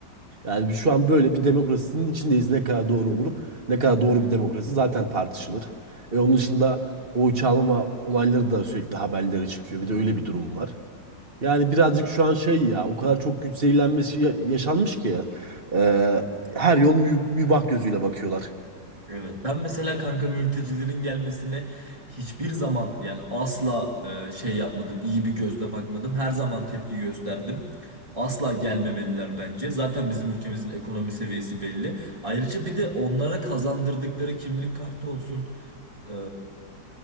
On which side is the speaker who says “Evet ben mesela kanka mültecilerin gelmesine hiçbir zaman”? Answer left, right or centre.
Right